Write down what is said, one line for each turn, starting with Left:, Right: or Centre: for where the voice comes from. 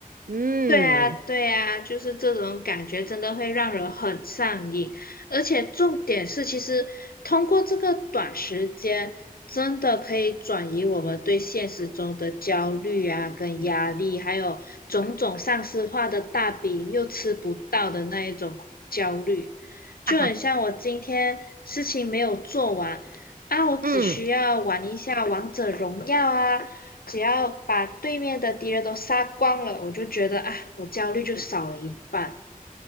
Right: 嗯，
Left: 对啊，对啊，就是这种感觉真的会让人很上瘾，而且重点是，其实通过这个短时间，真的可以转移我们对现实中的焦虑啊、跟压力，还有种种上司化的大饼又吃不到的那一种焦虑，就很像我今天事情没有做完啊，
Right: 哈哈，
Left: 我只需要玩一下王者荣耀啊。
Right: 嗯。
Left: 只要把对面的敌人都杀光了，我就觉得啊，我焦虑就少了一半。